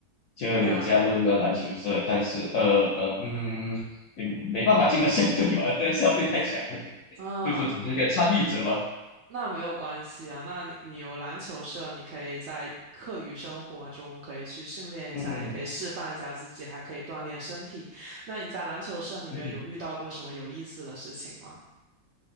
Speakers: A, on the left; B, on the right.
A: 就有加入一个篮球社，
B: 那
A: 但是呃嗯，也没办法进到校队吧，那校队太强了，
B: 嗯。
A: 就是只是一个参与者吧。
B: 那没有关系啊，那你你有篮球社，你可以在课余生活中可以去训练一下，
A: 嗯嗯
B: 也可以释放一下自己，还可以锻炼身体。那你在篮球社里面有遇到过什么有意思的事情吗？
A: 嗯